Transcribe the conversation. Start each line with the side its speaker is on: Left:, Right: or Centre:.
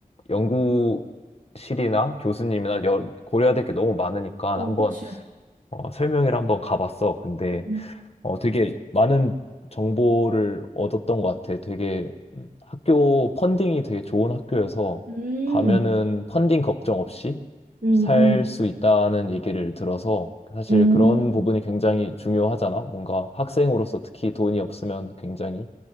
Left: 연구실이나 교수님이나 여- 고려해야 될 게 너무 많으니까
Right: 어,
Left: 한번
Right: 그치.
Left: 어, 설명회를 한번 가봤어. 근데
Right: 음,
Left: 어, 되게 많은 정보를 얻었던 것 같아. 되게 음, 학교 펀딩이 되게 좋은 학교여서
Right: 음,
Left: 가면은 펀딩 걱정 없이
Right: 음,
Left: 살 수 있다는 얘기를 들어서 사실
Right: 음,
Left: 그런
Right: 음.
Left: 부분이 굉장히 중요하잖아. 뭔가 학생으로서 특히 돈이 없으면 굉장히